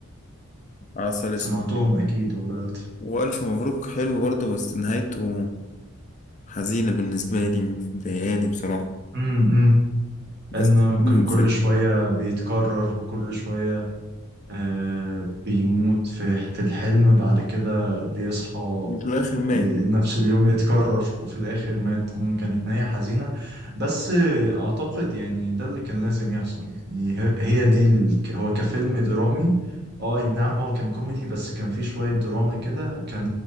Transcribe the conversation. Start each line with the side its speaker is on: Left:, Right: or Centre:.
Left: عسل اسود
Right: سمعتهم
Left: حلو.
Right: اكيد ولا
Left: وألف مبروك حلو برضه بس نهايته حزينة بالنسبة لي مضايقاني بصراحة
Right: امم
Left: بس
Right: انه
Left: حلو
Right: كان
Left: الفيلم
Right: كل شويه بيتكرر وكل شويه آه بيموت في في الحلم بعد كده بيصحى
Left: في الآخر مات
Right: ي- نفس اليوم يتكرر وفي الآخر مات أم كانت نهاية حزينة بس آه، أعتقد يعني ده اللي كان لازم يحصل يعني ه- هي دي ال- ك- هو كفيلم درامي اه أي نعم هو كان كوميدي بس كان فيه شوية دراما كده كان